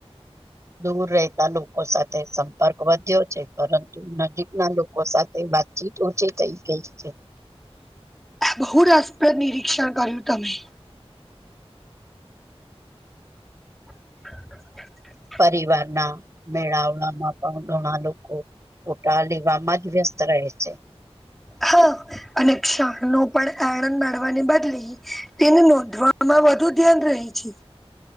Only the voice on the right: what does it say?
દૂર રેય ના લોકો સાથે સંપર્ક વધ્યો છે પરંતુ નજીક ના લોકો સાથે વાતચીત તોચે કઈ ગઈ છે.
પરિવારના મેળાવળમાં પણ ઘણા લોકો ફૂટા લેવામાં જ વ્યસ્ત રહે છે.